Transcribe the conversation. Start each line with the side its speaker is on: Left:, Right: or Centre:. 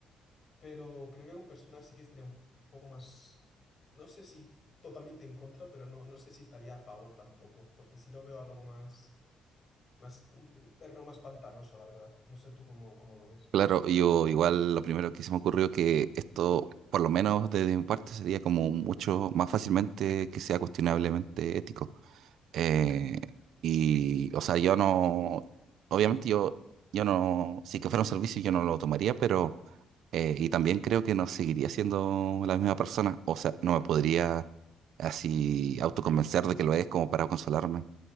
Left: pero creo que con personas sí que estaría un poco más, no sé si f- totalmente en contra, pero no, no sé si estaría a favor tampoco, porque sí lo veo algo más, más un un terreno más pantanoso, la verdad. No sé tú cómo, cómo lo ves.
Right: Claro, yo igual lo primero que se me ocurrió que esto, por lo menos desde mi parte, sería como mucho más fácilmente que sea cuestionablemente ético. Eh, y, o sea, yo no, obviamente yo, yo no, si que fuera un servicio yo no lo tomaría, pero, eh, y también creo que no seguiría siendo la misma persona, o sea, no me podría así autoconvencer de que lo es como para consolarme.